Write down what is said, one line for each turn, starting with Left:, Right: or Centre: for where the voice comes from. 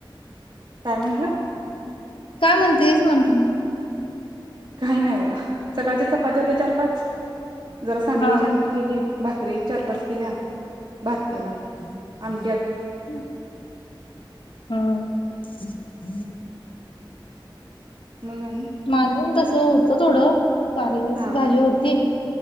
Right: काय म्हंटलं.
Left: काय म्हणते हेच म्हणत म.
Right: काही नाही बघा सकाळच्या चपाती होत्या चार पाच. जरा सांडग्याची
Left: हा
Right: आमटी केली भाकरी एक चार पाच केल्या. बात केला. अम
Left: हम. हम्म
Right: मग आणि
Left: माझं पण तसं होत थोडं. कारल्याची
Right: हा
Left: भाजी होती.